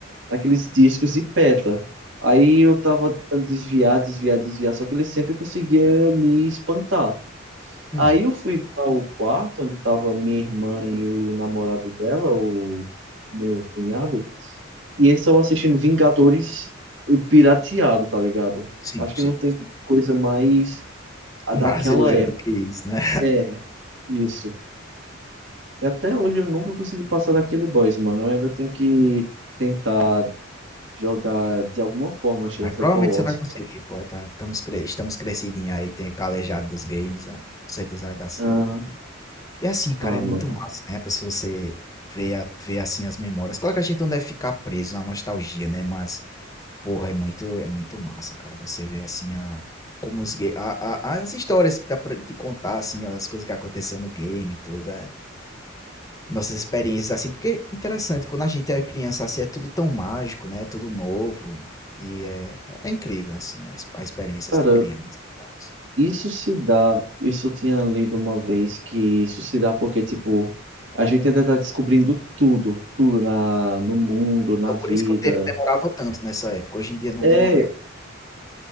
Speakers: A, on the right; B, on the left.
A: daqueles discos de pedra. Aí eu tava tentando desviar, desviar, desviar, só que ele sempre conseguia me espantar.
B: Hum,
A: Aí eu fui para o quarto onde tava minha irmã e o namorado dela, o meu cunhado, e eles estavam assistindo Vingadores pirateado, tá ligado?
B: sim,
A: Acho
B: sim.
A: que não tem coisa mais a
B: Um
A: daquela
B: brasileiro
A: época.
B: do que isso, né?
A: É, isso. E até hoje eu nunca consegui passar daquele boss, mano. Eu ainda tenho que tentar jogar de alguma forma Shadow
B: Mas
A: of
B: provavelmente
A: the Colossus.
B: você vai conseguir, pô, tá, estamos, cre estamos crescidinhos aí, tem calejado dos games, né? Com certeza vai dar certo.
A: Aham.
B: E assim, cara,
A: Ah,
B: é
A: mano.
B: muito massa, né? A pessoa você vê, a, vê assim as memórias. Claro que a gente não deve ficar preso na nostalgia, né? Mas, porra, é muito, é muito massa, cara. Você vê assim a, como os ga- a, a- as histórias que dá pra te contar, assim, as coisas que aconteceu no game e tudo. é. nossas experiências assim, porque é interessante, quando a gente é criança assim, é tudo tão mágico, né? É tudo novo e é, é incrível assim as, as experiências
A: Cara,
B: de criança e tal.
A: isso se dá. Isso eu tinha lido uma vez que isso se dá porque, tipo, a gente ainda tá descobrindo tudo, tudo na, no mundo, na
B: Então
A: vida.
B: por isso que o tempo demorava tanto nessa época. Hoje em dia não
A: É,
B: demora.